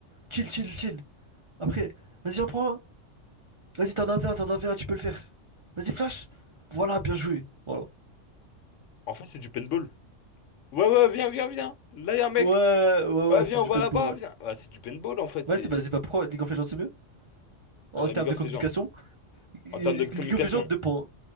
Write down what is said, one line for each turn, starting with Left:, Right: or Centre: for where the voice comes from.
Right: Chill, chill, chill. Après, vas-y, en prends un. Vas-y, t'en as un, v un t'en as un, v un tu peux le faire. Vas-y, flash. Voilà, bien joué. Voilà.
Left: En fait, c'est du paintball. Ouais, ouais, viens, viens, viens. Là, y a un mec.
Right: Ouais, ouais,
Left: Ouais,
Right: ouais,
Left: viens,
Right: c'est du
Left: on va
Right: paintball,
Left: là-bas,
Right: ouais.
Left: viens. Ouais, c'est du paintball, en fait.
Right: Vas-y,
Left: C'est...
Right: bah, c'est pas pourquoi League of Legends c'est mieux? En
Left: Ah, y
Right: termes
Left: a League
Right: de
Left: of
Right: communication,
Left: Legends.
Right: et-
Left: En termes de
Right: League
Left: communication.
Right: of Legends, deux points.